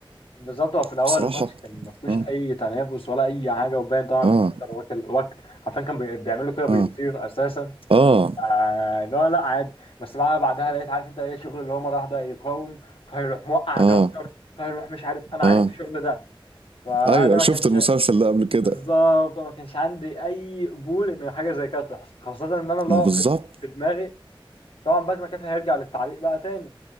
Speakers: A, on the left; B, on the right.
A: بالظبط هو في الاول
B: بصراحه
A: الماتش كان ما فيهوش
B: اه
A: اي تنافس ولا اي حاجه وباين طبعا
B: اه
A: ان جنتر واكل واكل حرفيا كان بي- بيعملوا كده بيطير
B: اه
A: اساسا
B: اه
A: آه لا لا عادي بس بقى بعدها لقيت عارف انت ايه شغل اللي هو مره واحده يقاوم فهيروح موقع
B: اه
A: جنتر فهيروح مش عارف انا
B: اه
A: عارف الشغل ده فانا
B: ايوه
A: ما
B: شفت
A: كانش
B: المسلسل ده قبل كده
A: بالظبط أنا ما كانش عندي اي قبول ان حاجه زي كده تحصل خاصه ان انا اللي
B: ما
A: هو
B: بالظبط
A: في في دماغي طبعا باتمان كافي هيرجع للتعليق بقى تاني